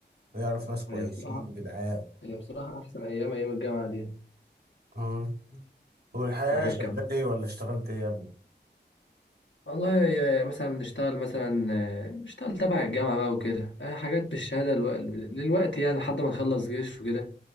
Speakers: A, on the right; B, on the left.
A: ويعرف ناس كويسين
B: هي بصراحة
A: وجدعان
B: هي بصراحة أحسن أيام أيام الجامعة دي
A: مم. والحياه
B: الواحد
A: شغال
B: كان
A: ايه ولا اشتغلت ايه يا ابني
B: والله يا- مثلا نشتغل مثلا آه، نشتغل تبع الجامعة بقى وكده آه، حاجات بالشهادة الو... للوقت يعني لحد ما نخلص جيش وكده